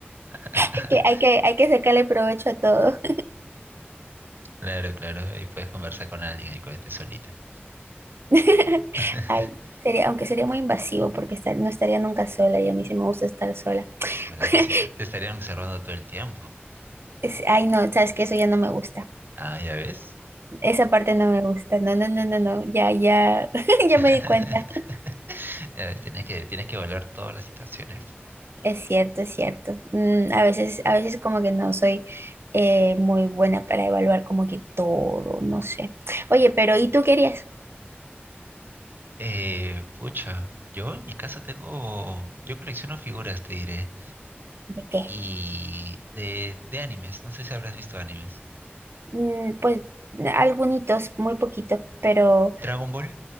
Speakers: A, on the right; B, on the right.
A: <laughs>
B: <laughs> Hay que, hay que, hay que sacarle provecho a todo.
A: Claro, claro, y puedes conversar con alguien y cuando estés solita.
B: <laughs>
A: <laughs>
B: Ay, sería, aunque sería muy invasivo porque estar- no estaría nunca sola y a mí sí me gusta estar sola.
A: La verdad
B: <laughs>
A: que sí, te, te estarían observando todo el tiempo.
B: Es- Ay, no, sabes que eso ya no me gusta.
A: Ah, ya ves.
B: Esa parte no me gusta. No, no, no, no, no. Ya, ya, <laughs>
A: <laughs>
B: ya
A: A
B: me di cuenta.
A: ver, tienes que, tienes que evaluar todas las situaciones.
B: Es cierto, es cierto. Mm, a veces, a veces como que no soy eh, muy buena para evaluar como que todo, no sé. Oye, pero ¿y tú querías?
A: Eh, pucha, yo en mi casa tengo, yo colecciono figuras, te diré,
B: ¿De qué?
A: y de, de animes, no sé si habrás visto animes.
B: Mm, pues algunitos, muy poquito, pero
A: Dragon Ball.